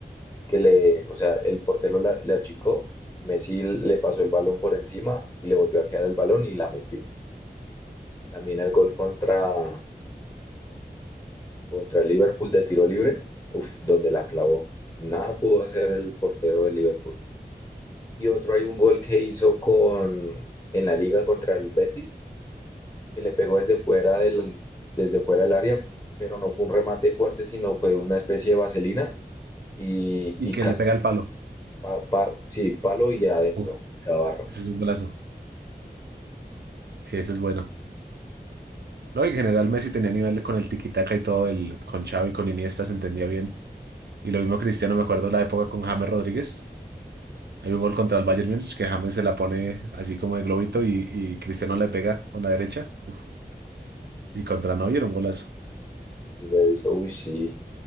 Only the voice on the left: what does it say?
que le, o sea, el portero la- le achicó y Messi le pasó el balón por encima y le volvió a quedar el balón y la metió. También el gol contra, contra el Liverpool de tiro libre, uf, donde la clavó. Nada pudo hacer el portero del Liverpool. Y otro hay un gol que hizo con, en la liga contra el Betis, que le pegó desde fuera del, desde fuera del área, pero no fue un remate fuerte, sino fue una especie de vaselina y,
y
ca-
pa- pa- sí, palo y adentro,
y Cabarro.
Y lo he visto, uy, sí,